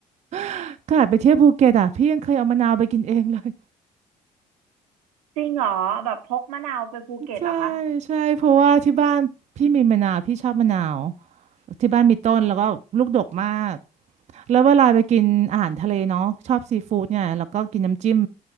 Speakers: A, on the right; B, on the right.
A: <laughs> ขนาดไปเที่ยวภูเก็ตอะพี่ยังเคยเอามะนาวไปกินเองเลย
B: จริงเหรอแบบพกมะนาวไปภูเก็ตเหรอคะ
A: ใช่ใช่เพราะว่าที่บ้านพี่มีมะนาวพี่ชอบมะนาวที่บ้านมีต้นแล้วก็ลูกดกมากแล้วเวลาไปกินอาหารทะเลเนาะชอบซีฟู้ดเนี่ยแล้วก็กินน้ำจิ้ม